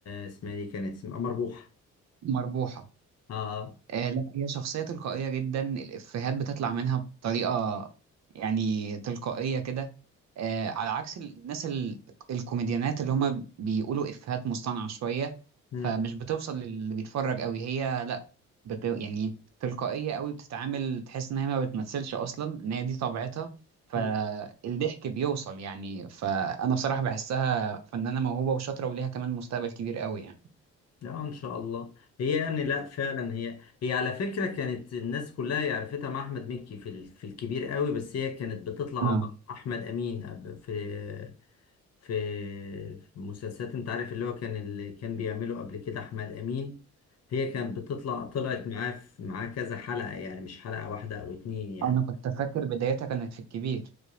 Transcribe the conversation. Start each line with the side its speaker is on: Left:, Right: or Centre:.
Left: اسمها إيه دي كانت اسمها مربوحة
Right: مربوحة
Left: اه, آه.
Right: آه لا هي شخصية تلقائية جدا الإفيهات بتطلع منها بطريقة يعني تلقائية كده آه، على عكس الناس ال- الكوميديانات اللي هم بيقولوا إفيهات مصطنعة شوية
Left: مم.
Right: فمش بتوصل للي بيتفرج قوي هي لا بت يعني تلقائية قوي بتتعامل تحس إن هي ما بتمثلش أصلا إن هي دي طبيعتها فالضحك
Left: مم.
Right: بيوصل يعني فأنا بصراحة بحسها فنانة موهوبة وشاطرة وليها كمان مستقبل كبير قوي يعني
Left: لا ان شاء الله هي يعني لا فعلا هي هي على فكره كانت الناس كلها يعرفتها مع احمد مكي في ال- في الكبير قوي بس هي كانت بتطلع
Right: آه.
Left: مع احمد امين قب- في في في مسلسلات انت عارف اللي هو كان اللي كان بيعمله قبل كده احمد امين هي كانت بتطلع طلعت معاه في معاه كذا حلقه يعني مش حلقه واحده او اتنين يعني
Right: أنا كنت فاكر بدايتها كانت في الكبير